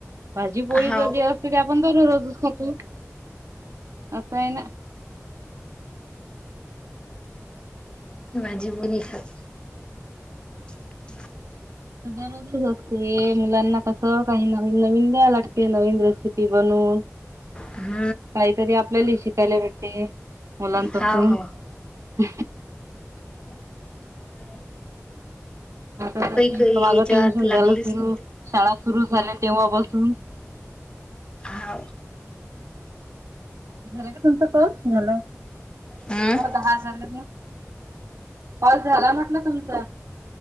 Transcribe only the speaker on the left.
हाव
माझी मुी ख हम्
हम्
हाव हाव
ह्
काही ह्याच्यावर
तर लागलीच
नाही.
हा,
हम्म